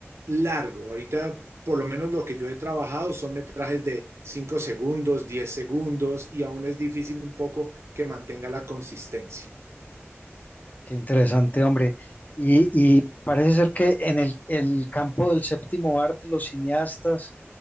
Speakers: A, on the right; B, on the left.
A: largo. Ahorita, por lo menos lo que yo he trabajado son metrajes de 5 segundos, 10 segundos, y aún es difícil un poco que mantenga la consistencia.
B: Qué interesante, hombre. Y, y parece ser que en el, el campo del séptimo arte, los cineastas,